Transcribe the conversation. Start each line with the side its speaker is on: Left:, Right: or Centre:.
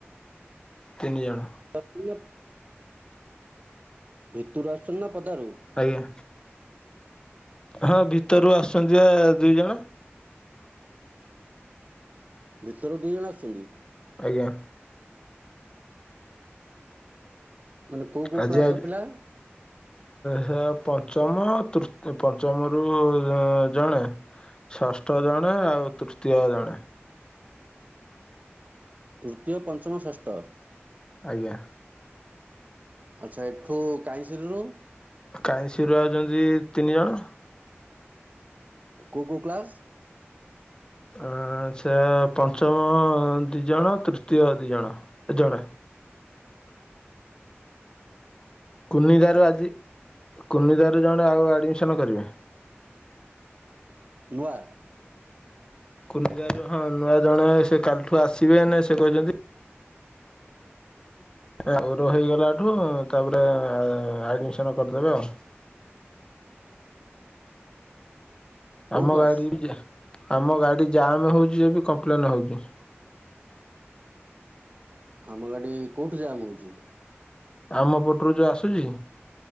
Left: ତିନି ଜଣ।
Right: <inaudible> ଭିତରୁ ଆସୁଛନ୍ତି ନା ପଦାରୁ?
Left: ଆଜ୍ଞା। ହଁ ଭିତରୁ ଆସୁଛନ୍ତି ବା ଦୁଇଜଣ।
Right: ଭିତରୁ ଦିଇ ଜଣ ଆସୁଛନ୍ତି?
Left: ଆଜ୍ଞା।
Right: ମାନେ କୋଉ କୋଉ
Left: ଆଜି
Right: କ୍ଲାସ
Left: ଆ
Right: ପିଲା?
Left: ସେ ପଞ୍ଚମ ତୃତୀୟ ପଞ୍ଚମରୁ ଉ ଜଣେ। ଷଷ୍ଠ ଜଣେ ଆଉ ତୃତୀୟ ଜଣେ।
Right: ତୃତୀୟ ପଞ୍ଚମ ଷଷ୍ଠ?
Left: ଆଜ୍ଞା।
Right: ଆଚ୍ଛା ଏଠୁ କାହିଁଶିରିରୁ?
Left: କାହିଁ ସିରୁ ଆଉଛନ୍ତି ତିନି ଜଣ।
Right: କୋଉ କୋଉ କ୍ଲାସ?
Left: ଅ ସେ ପଞ୍ଚମ ଦି ଜଣ ତୃତୀୟ ଦି ଜଣ ଏ ଜଣେ। କୁନିଦାରୁ ଆଜି କୁନିଦାରୁ ଜଣେ ଆଉ ଆଡ଼ମିସନ୍ କରିବେ।
Right: ନୂଆ?
Left: କୁନିଦାର ହଁ ନୂଆ ଜଣେ ସେ କାଲିଠୁ ଆସିବେ ସେ କହିଛନ୍ତି ଆଉ ହେଇଗଲାଠୁ ତାପରେ ଆଡ୍ମିଶନ କରିଦେବେ ଆଉ।
Right: କୋଉ
Left: ଆମ
Right: କ୍ଲାସ
Left: ଗାଡ଼ି ଆମ ଗାଡ଼ି ଜାମ୍ ହେଉଛି ଏ ବି କମ୍ପ୍ଲେନ୍ ହେଉଛି।
Right: ଆମ ଗାଡି କୋଉଠି ଯାମହୋଉଛି?
Left: ଆମ ପଟରୁ ଯେଉଁ ଆସୁଛି